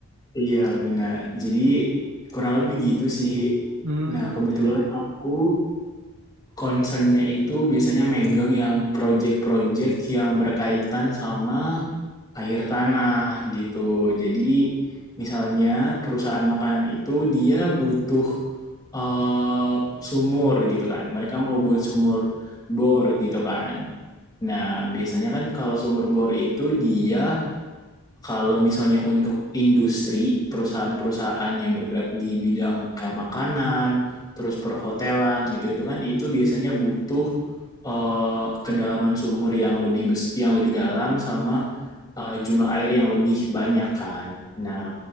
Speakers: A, on the left; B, on the right.
A: Iya benar. Jadi kurang lebih gitu sih.
B: Hmm,
A: Nah, kebetulan
B: ya ya.
A: aku concernnya itu biasanya megang yang project-project yang berkaitan sama air tanah gitu. Jadi misalnya perusahaan makanan itu dia butuh eh, sumur gitu kan. Mereka mau buat sumur bor gitu kan. Nah, biasanya kan kalau sumur bor itu dia kalau misalnya untuk industri, perusahaan-perusahaan yang bergerak di bidang kayak makanan, terus perhotelan gitu-gitu kan itu biasanya butuh eh, kedalaman sumur yang lebih bes- yang lebih dalam sama uh, jumlah air yang lebih banyak kan. Nah,